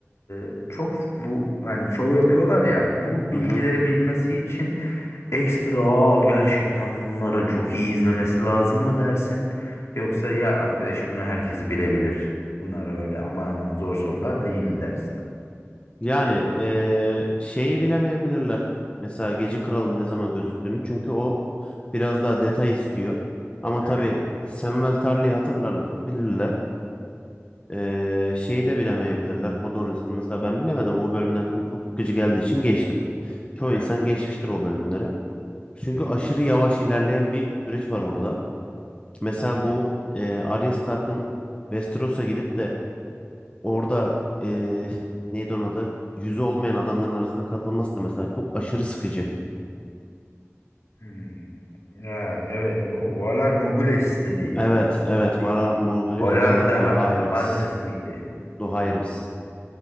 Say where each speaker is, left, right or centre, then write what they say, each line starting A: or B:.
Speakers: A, on the left; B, on the left.
A: e, çok bu hani şov yapıyorlar ya bu
B: Hı
A: bilgileri
B: hı.
A: bilmesi için Ekstra "Aa, gerçekten bunları çok iyi izlemesi lazım mı dersin? Yoksa ya arkadaş bunu herkes bilebilir. Bunlar öyle aman aman zor sorular değil mi dersin?
B: Yani eee, şeyi bilemeyebilirler. Mesela Gece Kralı'nın ne zaman gözüktüğünü. Çünkü o biraz daha detay istiyor. Ama
A: Aha,
B: tabii Samwell Tarly'i hatırlarlarsa bilirler. Eee, şeyi de bilemeyebilirler. Hodor'un mesela ben bilemedim. O bölümler çünkü çok sıkıcı geldiği için geçtim. Çoğu
A: evet
B: insan geçmiştir
A: evet
B: o bölümleri. Çünkü
A: evet.
B: aşırı yavaş ilerleyen bir süreç var orada. Mesela
A: Hı,
B: bu eee Arya Stark'ın Westeros'a gidip de orada eee neydi onun adı? Yüzü olmayan adamların arasına katılması da mesela çok aşırı sıkıcı.
A: hmm. Ya, evet o Valar Morghulis dediği
B: Evet, evet.
A: miydi?
B: Valar Morghulis,
A: Valar
B: Valar
A: da
B: Dohaeris.
A: Ha- Hadris miydi?
B: Dohaeris.